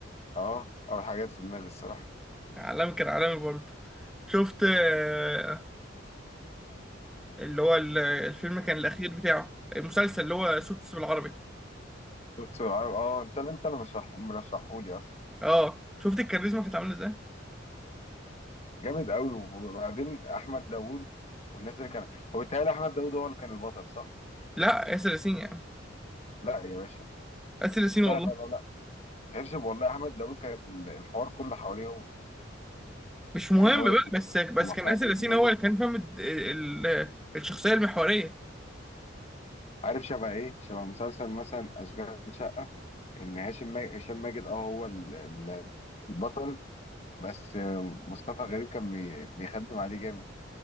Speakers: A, on the left; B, in the centre.
A: اه اول حاجات في دماغي الصراحه
B: عالمي كان عالمي برضه شفت آه، اللي هو ال- الفيلم كان الاخير بتاعه المسلسل اللي هو سوتس بالعربي
A: صوت سرعة اه انت اللي انت اللي مرشحه مرشحهولي اصلا
B: اه شفت الكاريزما كانت عامله ازاي
A: جامد قوي وبعدين احمد داوود والناس اللي كان هو بيتهيألي احمد داوود هو اللي كان البطل صح؟
B: لا ياسر ياسين يعني
A: لا يا باشا
B: ياسر ياسين والله
A: لا لا لا لا تعرفش والله احمد داوود كانت ال- الحوار كله حواليه هو
B: مش مهم
A: ان هو
B: بقى بس بس
A: محامي
B: كان ياسر ياسين
A: ناجح
B: هو اللي كان فاهم الد- ال- ال- الشخصيه المحوريه
A: عارف شبه ايه شبه مسلسل مثلا اشغال شقه ان هاشم ماجد هشام ماجد اه هو ال- ال- البطل بس آه، مصطفى غريب كان بي- بيخدم عليه جامد